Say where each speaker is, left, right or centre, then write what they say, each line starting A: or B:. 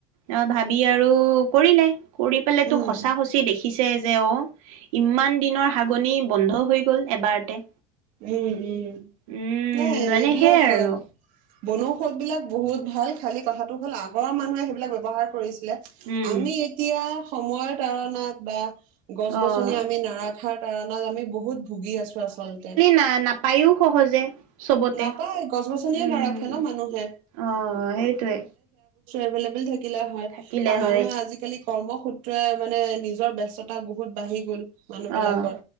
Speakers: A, on the right (about 70°); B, on the right (about 45°).
A: অহ, ভাবি আৰু কৰিলে। কৰি পেলিটো
B: উম
A: সঁচা সঁচি দেখি দেখিছে যে অহ, ইমান দিনৰ হাগু কনি বন্ধ হৈ গ'ল এবাৰতে।
B: উম,। উম।
A: উম
B: নাই
A: মানে
B: এইবিলাক
A: সেইয়াই আৰু
B: বনৌষধ বিলাক বহুত ভাল, খালী কথাটো হ'ল আগৰ মানুহে সেইবিলাক ব্যৱহাৰ কৰিছ <unintelligible>
A: উম
B: আমি এতিয়া সময়ৰ তাৰণাত বা গছ-গছনি
A: অ'
B: আমি নাৰাখাৰ তাৰণাত আমি বহুত ভুগি আছোঁ আচলতে।
A: না-নাপায়ও সহজে সবতে,
B: নাপায় গছ গছনিয়ে
A: উম,
B: নাৰাখে ন মানুহে
A: অহ, সেইটোৱে।
B: এভেলেবল থাক থাকিলে হয়
A: থাকিলে
B: আৰু মানুহে
A: হয়
B: আজিকালি কৰ্মসূত্ৰে মানে নিজৰ ব্যস্ততা বহুত বাঢ়ি গ'ল। মানুহবিলাকৰ
A: অ'